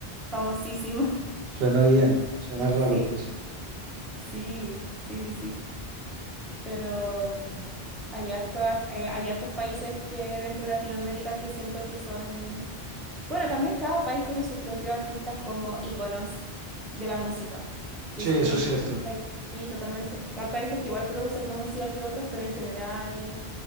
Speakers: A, in the centre; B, on the right.
A: famosísimo. <laughs>
B: Suena bien, suena raro,
A: Sí,
B: pues.
A: sí, sí, sí, sí. pero mm, hay hartos, hay hartos países que dentro de Latinoamérica que siento que son... Bueno, también cada país tiene sus propios artistas como íconos de la música. Yo
B: Sí,
A: siento
B: eso
A: que
B: es
A: aquí
B: cierto.
A: hay- sí, totalmente. Hay países que igual producen más música que otros, pero en general